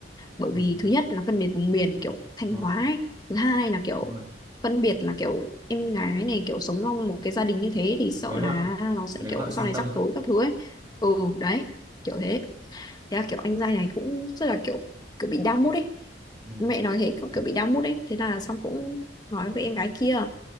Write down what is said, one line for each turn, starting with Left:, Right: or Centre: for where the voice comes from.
Left: bởi
Right: ừ
Left: vì thứ nhất là phân biệt vùng miền kiểu Thanh
Right: đúng
Left: Hóa
Right: rồi
Left: ấy. thứ hai là kiểu
Right: đúng rồi
Left: phân biệt là kiểu em gái
Right: lấy
Left: này kiểu sống trong một cái gia đình như thế thì sợ
Right: lấy vợ
Left: là nó sẽ
Right: lấy
Left: kiểu
Right: vợ xem
Left: sau này
Right: tông
Left: rắc rối các thứ ấy ừ đấy kiểu thế thế là kiểu anh trai này cũng rất là kiểu kiểu bị down mood ấy
Right: ừ
Left: mẹ nói thế cậu kiểu bị down mood ấy thế là xong cũng nói với em gái kia